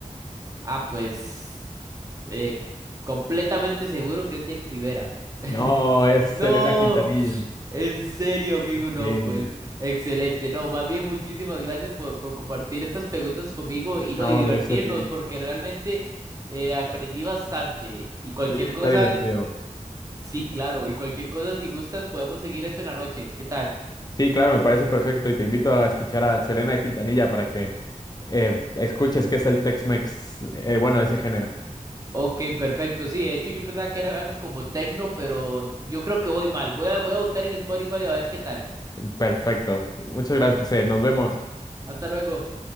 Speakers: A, on the right; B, on the left.
A: Ah, pues eh, completamente seguro que es Jenny Rivera. <laughs>
B: No, es
A: No,
B: Selena Quintanilla.
A: en serio, amigo, no,
B: Sí,
A: pues excelente. No, más bien muchísimas gracias por, por compartir estas preguntas conmigo y
B: no,
A: no, y divertirnos,
B: gracias a ti.
A: porque realmente eh, aprendí bastante. Y cualquier
B: Sí, está
A: cosa,
B: divertido.
A: sí, claro, y cualquier cosa, si gustas, podemos seguir esto en la noche. ¿Qué tal?
B: Sí, claro, me parece perfecto y te invito a escuchar a Selena Quintanilla para que eh, escuches qué es el Tex-Mex, eh, bueno, ese género.
A: Ok, perfecto. Sí, de hecho yo pensaba que era algo como techno, pero yo creo que voy mal. Voy a, voy a buscar en Spotify a ver qué tal.
B: Perfecto. Muchas gracias, José. Nos vemos.
A: Hasta luego.